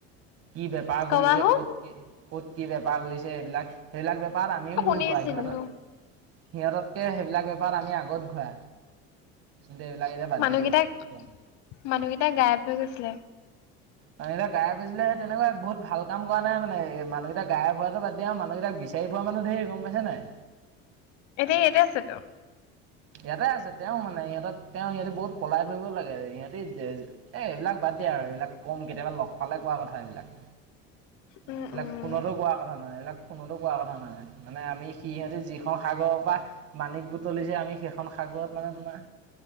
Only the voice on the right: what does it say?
কি বেপাৰ
কৰিছে
ক'ত কি কত কি বেপাৰ কৰিছে সেই বিলাক সেইবিলাক বেপাৰত আমিও
ঘুৰি ফুৰা সিহঁতৰ সিহঁততকে সেইবিলাক বেপাৰত আমি আগত ঘূৰা কিন্তু এইবিলাক এতিয়া বাদ
দিলোঁ গম
মানুকেইটা গায়েব হৈছিলে তেনেকুৱা বহুত ভাল কাম কৰা নাই মানে মানুহগিটা গায়েব হোৱাতো বাদ দিয়া মানুহগিটাক বিচা বিচাৰি পোৱা মানুহ ঢেৰ গম পাইছা নাই
ইয়াতে আছে তেওঁ মানে সিহঁতক তেওঁ ইহতি বহুত পলাই ফুৰিব লাগে ইহঁত এই এইবিলাক বাদ দিয়া আৰু এইবিলাক কম কেতিয়াবা লগ পালে কোৱা কথা এইবিলাক
এইবিলাক
ফোনতো কোৱা কথা নহয় এইবিলাক ফোনতো কোৱা কথা নহয় মানে আমি সিহঁতে যিখন সাগৰৰ পা মানিক বুটলিছে আমি সেইখন সাগৰত মানে তোমাৰ